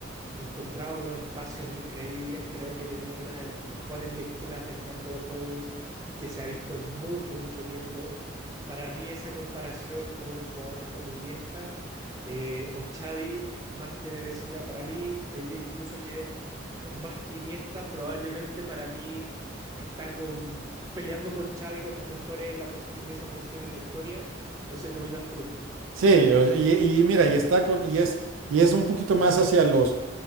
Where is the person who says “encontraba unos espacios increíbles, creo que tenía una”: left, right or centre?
Right